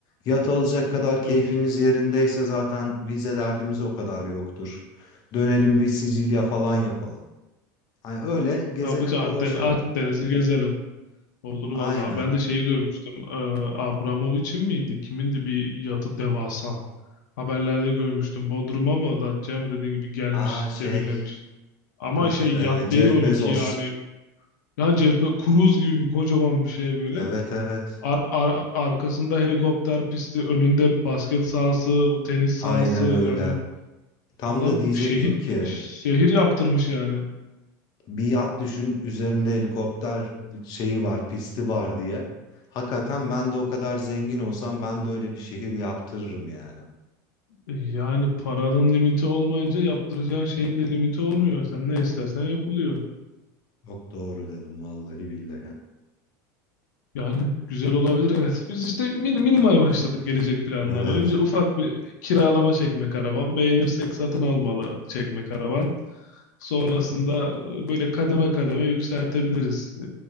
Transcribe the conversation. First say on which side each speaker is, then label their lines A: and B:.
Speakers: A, on the left; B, on the left.
A: Yat alacak kadar keyfimiz
B: Güzel olur.
A: yerindeyse zaten vize derdimiz o kadar yoktur. Dönelim bir Sicilya falan yapalım. Hani öyle gezelim
B: Ya bütün Akden-
A: dolaşalım.
B: Akdeniz'i gezelim. Olur valla.
A: Aynen.
B: Ben de şeyi görmüştüm. Ee, Abramovich'in miydi? Kimindi bir yatı devasa. Haberlerde görmüştüm. Bodrum'a mı Datça'ya mı dediğin gibi gelmiş,
A: Aa şey,
B: demirlemiş. Ama
A: dur
B: şey
A: e,
B: yat
A: Jeff
B: değil onunki
A: Bezos.
B: yani. Ne Jeff Be- Cruise gibi bir kocaman bir şey böyle.
A: Evet evet,
B: Ar- ar- arkasında helikopter pisti, önünde basket sahası, tenis sahası.
A: aynen öyle.
B: Yani
A: Tam
B: adam
A: da diyecektim
B: şehir
A: ki
B: şehir yaptırmış yani.
A: bir yat düşün üzerinde helikopter şeyi var, pisti var diye. Hakikaten ben de o kadar zengin olsam ben de öyle bir şehir yaptırırım yani.
B: Yani paranın limiti olmayınca yaptıracağın şeyin de limiti olmuyor. Sen ne istersen yapılıyor.
A: Çok doğru dedim vallahi billahi.
B: Yani güzel olabilir evet. Biz işte min- minimal başladık gelecek planlarına.
A: Evet.
B: Önce ufak bir kiralama çekme karavan. Beğenirsek satın almalı çekme karavan. Sonrasında e, böyle kademe kademe yükseltebiliriz.